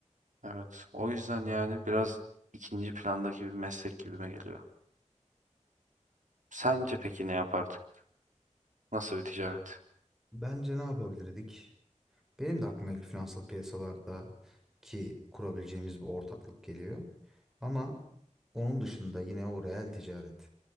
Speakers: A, on the right; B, in the centre.
A: Evet. O yüzden yani biraz ikinci plandaki bir meslek gibime geliyor. Sence peki ne yapardık? Nasıl bir ticaret?
B: Bence ne yapabilirdik? Benim de aklıma ilk finansal piyasalarda ki kurabileceğimiz bir ortaklık geliyor. Ama onun dışında yine o reel ticaret